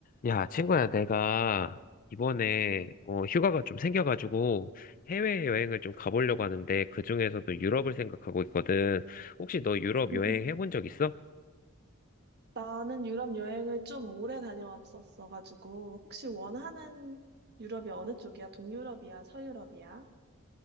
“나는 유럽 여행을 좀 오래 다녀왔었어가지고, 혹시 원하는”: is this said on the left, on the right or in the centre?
Right